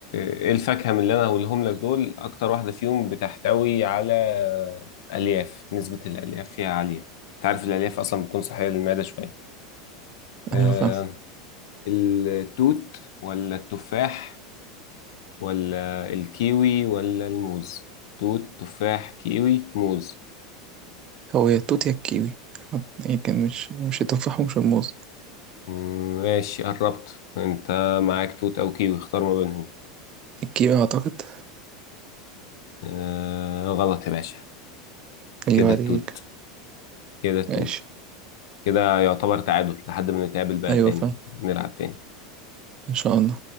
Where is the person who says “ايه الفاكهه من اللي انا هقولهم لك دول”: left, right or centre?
Left